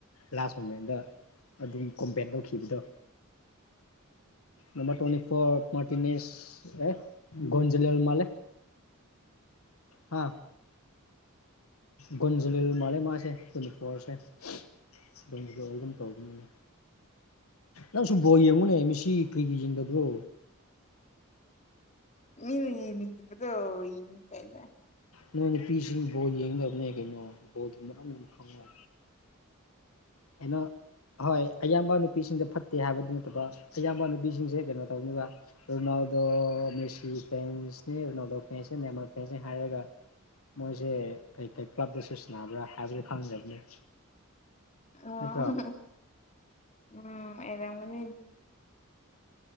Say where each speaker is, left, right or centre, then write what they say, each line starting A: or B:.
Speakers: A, on the left; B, on the left.
A: ꯂꯥꯁ ꯃꯣꯃꯦꯟꯗ ꯑꯗꯨꯝ ꯀꯣꯝꯄꯦꯠ ꯇꯧꯈꯤꯕꯗꯣ ꯅꯝꯕꯔ ꯇ꯭ꯋꯦꯟꯇꯤ ꯐꯣꯔ ꯃꯥꯔꯇꯤꯅꯤꯁ ꯑꯦ ꯒꯣꯜ ꯆꯜꯂ ꯃꯥꯂꯦ ꯍꯥ ꯒꯣꯟ ꯖꯤꯜꯂꯔ ꯃꯥꯜꯂꯦ ꯁꯣꯔꯁꯦ ꯑꯗꯨꯝꯗ ꯑꯗꯨꯝ ꯇꯧꯒꯅꯤꯅꯦ ꯅꯪꯁꯨ ꯕꯣꯜ ꯌꯦꯡꯉꯨꯅꯦ ꯃꯤꯁꯤ ꯀꯩꯒꯤ ꯌꯦꯡꯗꯕ꯭ꯔꯣ
B: ꯃꯤꯗꯣ ꯌꯦꯡꯅꯤꯡꯗꯕꯗꯨ ꯌꯦꯡꯅꯤꯡꯗꯦꯅ
A: ꯅꯣꯏ ꯅꯨꯄꯤꯁꯤ ꯕꯣꯜ ꯌꯦꯡꯗꯕꯅꯦ ꯀꯩꯅꯣ ꯕꯣꯗꯨ ꯃꯔꯝ ꯌꯥꯝ ꯈꯪꯉꯣ ꯀꯩꯅꯣ ꯍꯣꯏ ꯑꯌꯥꯝꯕ ꯅꯨꯄꯤꯁꯤꯡꯗ ꯐꯠꯇꯦ ꯍꯥꯏꯕꯗꯤ ꯅꯠꯇꯕ ꯑꯌꯥꯝꯕ ꯅꯨꯄꯤꯁꯤꯡꯁꯦ ꯀꯩꯅꯣ ꯇꯧꯅꯤꯕ ꯗꯣ ꯃꯦꯁꯤ ꯐ꯭ꯔꯦꯟꯁꯅꯦ ꯔꯣꯅꯥꯜꯗꯣ ꯐ꯭ꯔꯦꯟꯁꯅꯦ ꯅꯦꯃꯜ ꯐꯦꯟꯁꯅꯦ ꯍꯥꯏꯔꯒ ꯃꯣꯏꯁꯦ ꯀꯩꯀꯩ ꯀ꯭ꯂꯕꯇꯁꯨ ꯁꯅꯕ꯭ꯔꯥ ꯍꯥꯏꯕꯗꯨ ꯈꯪꯗꯕꯅꯦ
B: ꯑꯣ
A: ꯅꯠꯇ꯭ꯔꯣ
B: ꯍꯥꯍꯥ ꯎꯝ ꯑꯣꯏꯔꯝꯒꯅꯤ